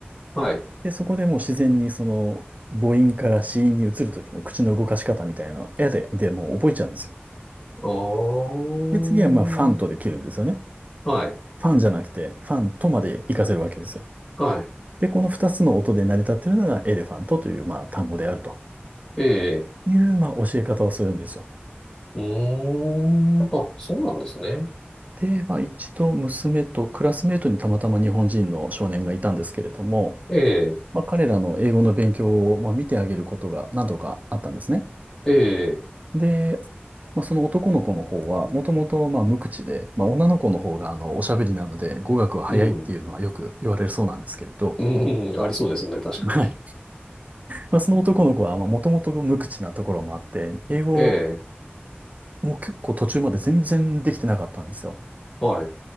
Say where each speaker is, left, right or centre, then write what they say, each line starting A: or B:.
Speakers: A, on the left; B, on the right.
A: はい。
B: で、そこでもう自然にその、母音から子音に移るときの口の動かし方みたいな、エレでもう覚えちゃうんですよ
A: あー、
B: で、次はまあファンとで切るんですよね。
A: はい、
B: ファンじゃなくて、ファンとまで活かせるわけですよ。
A: はい、
B: で、この二つの音で成り立っているのがエレファントというまあ単語であると
A: ええ、
B: いうまあ教え方をするんですよ。
A: うーん、あ、そうなんですね。
B: で、まあ一度娘とクラスメートにたまたま日本人の少年がいたんですけれども、
A: ええ、
B: まあ彼らの英語の勉強をまあ見てあげることが何度かあったんですね。
A: ええ、
B: で、まあ、その男の子の方は、もともとまあ無口で、まあ、女の子の方があのおしゃべりなので語学は早いっていうのはよく言われるそうなんですけれど、
A: うん、うん、ありそうですね。確かに。
B: はいまあ、その男の子は、まあ、もともと無口なところもあって、英語
A: ええ、
B: もう結構途中まで全然できてなかったんですよ。
A: はい、